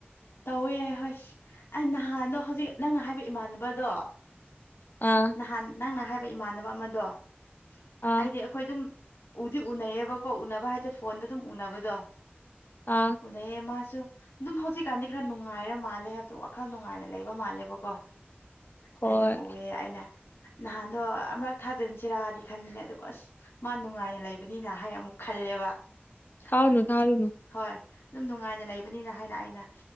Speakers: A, on the left; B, on the left.
A: ꯇꯧꯋꯦ ꯍꯣꯏ ꯑꯩ ꯅꯍꯥꯟꯗꯣ ꯍꯧꯖꯤꯛ ꯅꯪꯅ ꯍꯥꯏꯕ ꯏꯃꯥꯟꯅꯕꯗꯣ
B: ꯑ
A: ꯅꯍꯥꯟ ꯅꯪꯅ ꯍꯥꯏꯕ ꯏꯃꯥꯟꯅꯕ ꯑꯃꯗꯣ ꯑꯩꯗꯤ
B: ꯑꯥ
A: ꯑꯩꯈꯣꯏ ꯑꯗꯨꯝ ꯎꯗꯤ ꯎꯅꯩꯌꯦꯕꯀꯣ ꯎꯅꯕ ꯍꯥꯏꯔꯗꯤ ꯐꯣꯟꯗ ꯑꯗꯨꯝ ꯎꯅꯕꯗꯣ
B: ꯑꯥ
A: ꯎꯅꯩꯌ‌ꯦ ꯃꯥꯁꯨ ꯑꯗꯨꯝ ꯍꯧꯖꯤꯛꯀꯥꯟꯗꯤ ꯈꯔ ꯅꯨꯡꯉꯥꯏꯔ ꯃꯥꯜꯂꯦ ꯍꯥꯏꯕꯗꯤ ꯋꯥꯈꯜ ꯅꯨꯡꯉꯥꯏꯅ ꯂꯩꯕ ꯃꯥꯜꯂꯦꯕꯀꯣ
B: ꯍꯣꯏ
A: ꯑꯩ ꯑꯗꯨꯝ ꯎꯑꯦ ꯑꯩꯅ ꯅꯍꯥꯟꯗꯣ ꯑꯃꯨꯔꯛ ꯊꯥꯛꯖꯤꯟꯁꯤꯔꯗꯤ ꯈꯟꯕꯅꯦ ꯑꯗꯨꯕꯨ ꯑꯁ ꯃꯥ ꯅꯨꯡꯉꯥꯏꯅ ꯂꯩꯕꯅꯤꯅ ꯍꯥꯏ ꯑꯃꯨꯛ ꯈꯜꯂꯦꯕ
B: ꯊꯥꯔꯨꯅꯨ
A: ꯑꯗꯨꯕꯨ
B: ꯊꯥꯔꯨꯅꯨ
A: ꯍꯣꯏ ꯑꯗꯨꯝ ꯅꯨꯡꯉꯥꯏꯅ ꯂꯩꯕꯅꯤꯅ ꯍꯥꯏꯅ ꯑꯩꯅ